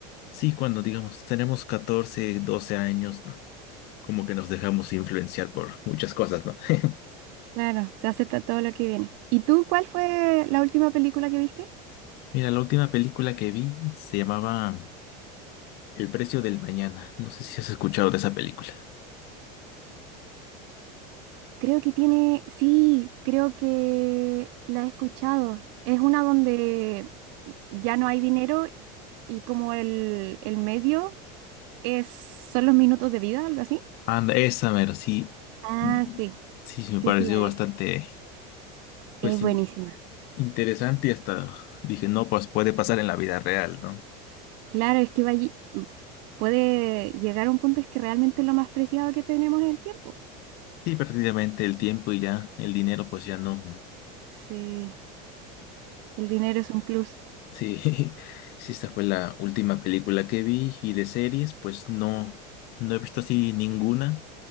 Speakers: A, on the left; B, on the right.
A: sí, cuando digamos tenemos 14, 12 años, como que nos dejamos influenciar por muchas cosas, ¿no? <laughs>
B: Claro, se acepta todo lo que viene. ¿Y tú cuál fue la última película que viste?
A: Mira, la última película que vi se llamaba El precio del mañana. No sé si has escuchado de esa película.
B: Creo que tiene, sí, creo que la he escuchado. Es una donde ya no hay dinero y como el, el medio es, son los minutos de vida, algo así.
A: Anda, esa mero, sí.
B: Ah,
A: Mm,
B: sí,
A: Sí, sí me
B: sí,
A: pareció
B: sí, la vi.
A: bastante, pues,
B: Es buenísima.
A: in- interesante y hasta dije, no, pues puede pasar en la vida real, ¿no?
B: Claro, es que va allí- puede llegar a un punto es que realmente lo más preciado que tenemos es el tiempo.
A: Sí, prácticamente el tiempo y ya, el dinero, pues ya no.
B: Sí, el dinero es un plus.
A: Sí, <laughs> sí, esta fue la última película que vi y de series, pues no, no he visto así ninguna,